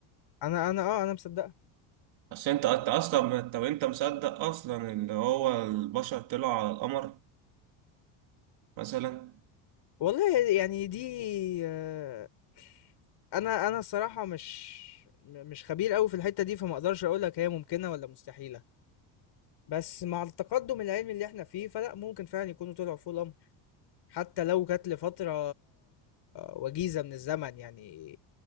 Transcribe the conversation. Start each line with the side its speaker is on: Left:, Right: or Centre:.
Left: انا انا اه انا مصدقها
Right: اصل انت انت اصلا طب انت مصدق اصلا ان هو البشر طلعوا على القمر مثلا
Left: والله يعني دي آه، انا انا الصراحة مش م- مش خبير قوي في الحتة دي فما اقدرش اقول لك هي ممكنة ولا مستحيلة بس مع التقدم العلمي اللي احنا فيه فلا ممكن فعلا يكونوا طلعوا فوق الامر حتى لو كانت لفترة وجيزة من الزمن يعني